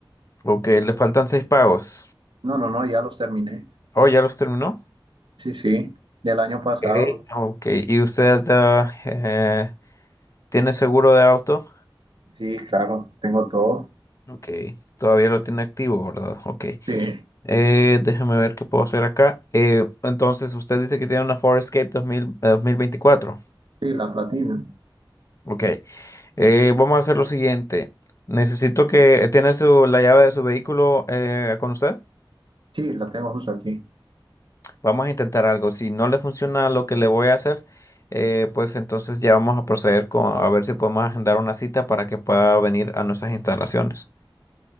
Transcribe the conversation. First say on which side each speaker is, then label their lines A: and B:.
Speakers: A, on the left; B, on the right.
A: Ok, le faltan seis pagos.
B: No, no, no, ya los terminé.
A: Oh, ¿ya los terminó?
B: Sí, sí, del año pasado.
A: Ok, ok. ¿Y usted ah, eh, tiene seguro de auto?
B: Sí, claro, tengo todo.
A: Ok, todavía lo tiene activo, ¿verdad? Ok.
B: Sí.
A: Eh, déjeme ver qué puedo hacer acá. Eh, entonces, usted dice que tiene una Ford Escape 2000 eh, 2024.
B: Sí, la platina.
A: Ok, eh, vamos a hacer lo siguiente. Necesito que... ¿Tiene su, la llave de su vehículo eh, con usted?
B: Sí, la tengo justo aquí.
A: Vamos a intentar algo. Si no le funciona lo que le voy a hacer, eh, pues entonces ya vamos a proceder con a ver si podemos agendar una cita para que pueda venir a nuestras instalaciones.